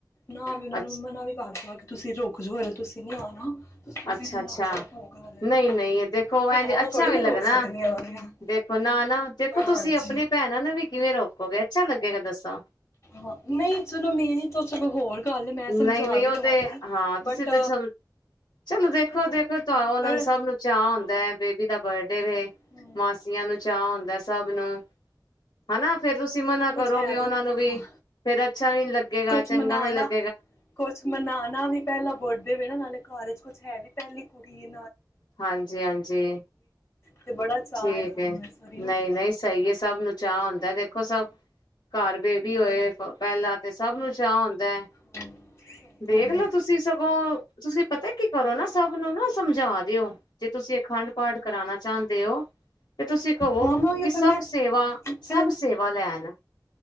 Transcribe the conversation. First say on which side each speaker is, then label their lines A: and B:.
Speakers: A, on the left; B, on the left.
A: ਨਾ ਵੀ ਉਹਨਾ
B: ਅੱਛ
A: ਨੂੰ ਮੈਂ ਨਾ ਵੀ ਕਰ ਦੇਾਂ <unintelligible> ਤੁਸੀਂ ਰੁੱਕ ਜੋ ਹਜੇ ਤੁਸੀਂ ਨਹੀਂ ਆਓ ਨਾ ਉਸੀ
B: ਅੱਛਾ
A: ਦਿੰਨ
B: ਅੱਛਾ
A: ਆ ਜੋ ਭੋਗ ਵਾਲੇ ਦਿੰਨ
B: ਨਹੀਂ ਨਹੀਂ ਦੇਖੋ
A: ਮੈਂ ਭੈਣਾਂ
B: ਐਂਜ
A: ਨੂੰ ਥੋੜ੍ਹੀ
B: ਅੱਛਾ ਵੀ
A: ਮੈਂ
B: ਲੱਗਦਾ,
A: ਰੋਕ ਸਕਦੀ ਹਾਂ ਉਹਨਾਂ ਦੀਆਂ
B: ਦੇਖੋ ਨਾ-ਨਾ ਦੇਖੋ
A: ਹਾਂਜੀ।
B: ਤੁਸੀਂ ਆਪਣੀ ਭੈਣਾਂ ਨੂੰ ਵੀ ਕਿਵੇਂ ਰੋਕੋਗੇ ਅੱਛਾ ਲੱਗੇਗਾ ਦੱਸੋ
A: ਹਾਂ, ਨਹੀਂ ਚਲੋ ਮੇਰੀ ਤਾਂ ਚਲੋ ਹੋਰ ਗੱਲ ਏ ਮੈਂ ਸਮਝਾ
B: ਨਹੀਂ-ਨਹੀਂ
A: ਵੀ
B: ਉਹ
A: ਦੇਵਾਂਗੀ।
B: ਤੇ, ਹਾਂ!
A: ਬਟ
B: ਤੁਸੀਂ ਤੇ ਚਲ ਚਲੋ ਦੇਖੋ-ਦੇਖੋ
A: ਹਾਂ
B: ਤੁਹਾਨੂੰ ਉਹਨਾਂ
A: ਪਰ
B: ਨੂੰ ਸਭ ਨੂੰ ਚਅ ਹੁੰਦਾ ਬੇਬੀ ਦਾ ਬਰਡ ਦੇ
A: ਹੂੰ
B: ਮਾਸੀਆਂ ਨੂੰ ਚਾਅ ਹੁੰਦਾ ਆ ਸੱਭ ਨੂੰ, ਹਨਾ? ਫੇਰ ਤੁਸੀਂ ਮਨਾ
A: ਕੁਛ
B: ਕਰੋਗੇ
A: ਹੈ
B: ਉਹਨਾ ਨੂੰ ਵੀ
A: ਹਾਂ
B: ਫੇਰ ਅੱਛਾ ਨਹੀਂ ਲੱਗੇਗਾ
A: ਕੁਛ
B: ਚੰਗਾ
A: ਮਨਾਣਾ
B: ਵੀ ਨਹੀਂ ਲੱਗੇ
A: ਕੁਛ ਮਨਾਉਣਾ ਵੀ ਪਹਿਲਾਂ ਬਰਡੇ ਵੀ ਆ ਨਾਲੇ ਘਰ ਿੱਵਜ ਕੁਛ ਹੈ ਵੀ ਪਹਿਲੀ ਕੁੜੀ ਹੈ
B: ਹਾਂਜੀ ਹਾਂਜੀ
A: ਤੇ ਬੜਾ ਚਾਅ
B: ਠੀਕ
A: ਏ ਸਭ
B: ਹੈ,
A: ਨੂੰ ਇਸ ਵਾਰੀ ਨਾ।
B: ਨਹੀਂ ਨਹੀਂ ਸਹੀ ਹੈ, ਸਭ ਨੂੰ ਚਾਅ ਹੁੰਦਾ
A: ਹਾਂ
B: ਦੇਖੋ ਸਭ ਘਰ ਦੇ ਵੀ ਹੋਏ ਪਹਿਲਾਂ ਤੇ ਸਭ ਨੂੰ ਚਾਅ ਹੁੰਦਾ ਹੈ
A: ਹਾਂ ਸਹੀ
B: ਦੇਖਲੋ
A: ਗੱਲ ਏ
B: ਤੁਸੀਂ ਸਗੋਂ ਤੁਸੀਂ ਪਤਾ ਕੀ ਕਰੋ ਨਾ ਸਭ ਨੂੰ ਨਾ ਸਮਝਾ ਓ ਜੇ ਤੁਸੀਂ ਅਖੰਡ ਪਾਠ ਕਰਾਉਣਾ ਚਾਹੁੰਦੇ ਹੋ ਤੇ ਤੁਸੀਂ ਕਹੋ
A: ਹਾਂ ਮੈਂ ਉਹੀਓ
B: ਕਿ ਸਭ
A: ਫਿਰ ਮੈਂ
B: ਸੇਵਾ
A: ਇੱਥੇ
B: ਸਭ ਸੇਵਾ ਲੈਣ